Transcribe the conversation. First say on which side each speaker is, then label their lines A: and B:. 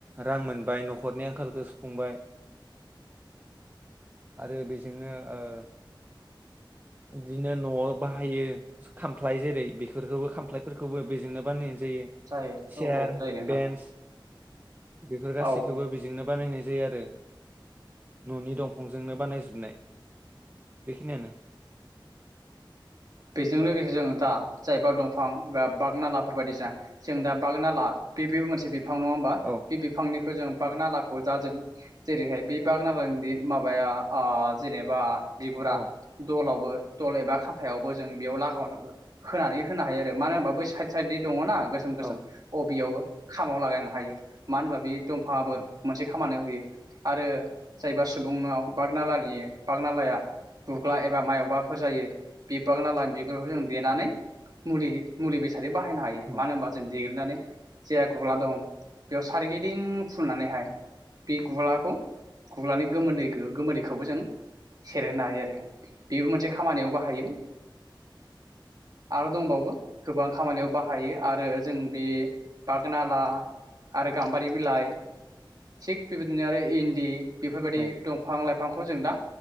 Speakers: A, on the right; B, on the right.
A: रां मोनबाय न'खरनि आंखालखौ सुफुंबाय आरो बेजोंनो ओ- बिदिनो न'आव बाहायो खामफ्लाय जेरै बेफोरखौबो खामफ्लायफोरखौबो बेजोंनो बानायनाय। दि
B: जायो
A: चियार
B: औ औ जायो नोंथां
A: बेन्स। बेफोर गासैखौबो
B: औ
A: बेजोंनो बानायनाय। जायो आरो न'नि दंफांजोंनो बानायजोबनाय बेखिनियानो।
B: बेजों लोगोसे जों दा जायबा दं फां बा बागनालाफोर बायदि जा जों दा बागनाला बे बेबो मोनसे बि फां नङा होमबा
A: औ
B: बे बिफांनि होजों बागनाालाखौ जाजों जेरैहाय बे बागनालानि बे माबाया ओ जेनेबा बिगुरा
A: औ
B: दलाव <unintelligible> दल एबा खाम्फायाव <unintelligible> जों बेयाव लागाव होनानै होनो हायो आरो मानो होनबा बै साइद साइदनि दङना गोसोम गोसोम
A: औ
B: अबियावबो खामाव लागायनो हायो मानो होनबा बेयो दंफाङाबो
A: औ
B: मोनसे खामानो होयो आरो जायबा सुबुंनाव बागनालानि बागनालाया गुग्ला एबा मायाव माबाफोर जायो बिबागनालानि बिगुरफोरखौ जों देनानै मुलि मुलि बेसादै बाहायनो हायो
A: औ
B: मानो होनबा जों देग्लिनानै जेहा गुगला दं बेयाव सारगिदिं फुननानैहाय बे गुगलाखौ गुलानि गोमोदै गोमोदैखौबो जों खेर होनो हायो आरो बेबो मोनसे खामानियाव बाहायो आरो दंबावो गोबां खामानियाव बाहायो आरो जों बे बागनाला आरो गाम्बारि बिलाइ थिग बेबायदिनो आरो इन्दि बेफोरबायदि
A: औ
B: दंफां लाइफ बिफांखौ जों दा